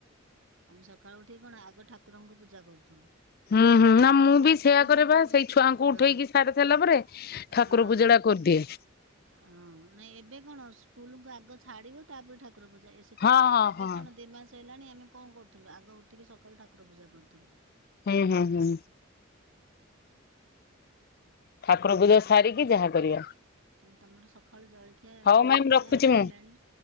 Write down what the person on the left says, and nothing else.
ହଁ,
ହଁ
ନା ମୁଁ
ବି
ସେୟା
କରେ ବା
ସେଇ ଛୁଆଙ୍କୁ
ଉଠେଇକି ସାରି ସାରିଲା ପରେ ଠାକୁର
ପୂଜା ଟା କରିଦିଏ।
ହଁ ହଁ
ହଁ
ହୁଁ, ହୁଁ, ହୁଁ। ଠାକୁର ପୂଜା ସାରିକି
ଯାହା
କରିବା।
ହଉ
ମ୍ୟାମ୍
ରଖୁଛି
ମୁଁ।